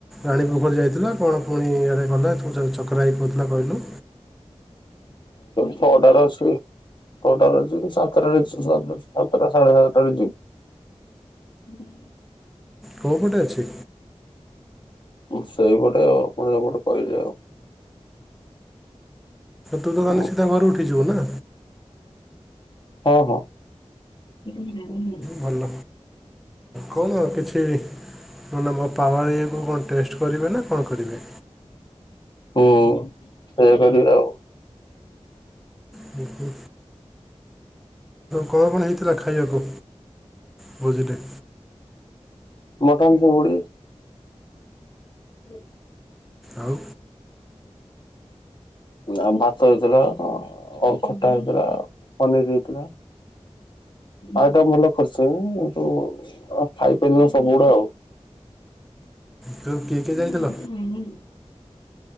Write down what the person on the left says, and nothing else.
ଛଅଟାରେ ଅଛି ଛଅଟାରେ ଅଛି ସାତଟାରେ ସାତଟା ସାଢେ ସାତଟାରେ ଯିବି
ସେଇପଟେ ଆଉ ଆପଣ ସେପଟେ କହିଲେ ଆଉ
ହଁ
ହଁ ହଁ ହ
ହୁଁ ସେଇଆ କରିବା ଆଉ
ମଟନ ଚିଗୁଡ଼ି। ହୁଁ।
ଆ ଭାତ ହେଇଥିଲା ଅରଖଟା ହେଇଥିଲା ପନିରି ହେଇଥିଲା ଆ ଏଟା ଭଲ କରିଛି କିନ୍ତୁ ଖାଇପାରିଲି ନି ସବୁଗୁଡା ଆଉ। ହୁଁ।